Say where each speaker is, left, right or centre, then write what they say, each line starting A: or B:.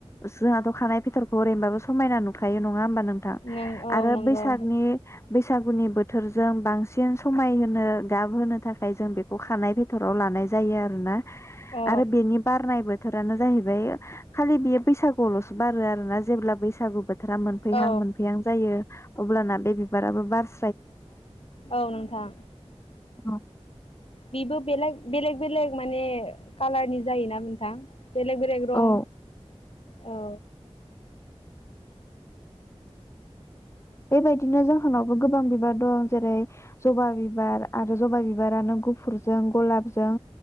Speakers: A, on the left; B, on the left.
A: जोंहाथ' खानाय फिथरखौ ओरैनोबाबो समायना नुखायो नङा होमबा नोंथां
B: नों औ
A: आरो
B: नंगौ
A: बैसागनि बैसागुनि बोथोर जों बांसिन समायहोनो गाबहोनो थाखाय जों बेखौ खानाय फेथराव लानाय जायो आरो ना।
B: औ
A: आरो बेनि बारनाय बोथोरानो जाहैबाय <unintelligible> खालि बेयो बैसागुआवल'सो बारो आरो ना जेब्ला बैसाग <inaudible> <unintelligible> बोथोरा मोनफैहां
B: औ
A: मोनफैहां जायो अब्लाना बे बिबाराबो बारसि
B: औ नोंथां
A: <unintelligible>
B: बेबो बेलेग बेलेग बेलेग माने कालारनि जायोना नोंथां? बेलग बेलेग रं
A: औ
B: औ
A: बेबायदिनो जोंहानावबो गोबां बिबार दं जेरै जबा बिबार आरो जबा बिबारानो गुफुरजों गलाबजों